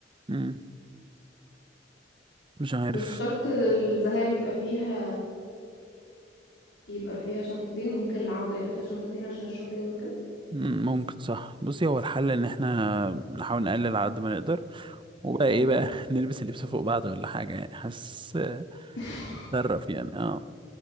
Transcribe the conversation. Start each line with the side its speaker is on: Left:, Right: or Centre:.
Right: مم. مش عارف
Left: مش شرط الذهاب يبقى فيها يبقى فيها شنطتين ممكن العودة يبقى فيها شنطتين عشان الشوبينج وكده
Right: مم، ممكن صح بصي هو الحل ان احنا نحاول نقلل على قد ما نقدر وبقى ايه
Left: مم.
Right: بقى <laughs> نلبس اللبس فوق بعض ولا حاجة يعني حاسس
Left: <laughs>
Right: نتصرف يعني اه